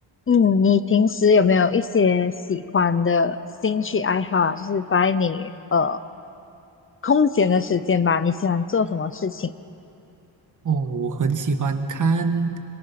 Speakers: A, on the left; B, on the right.
A: 嗯，你平时有没有一些喜欢的兴趣爱好啊就是在你呃空闲的时间吧，你喜欢做什么事情？
B: 哦，我很喜欢看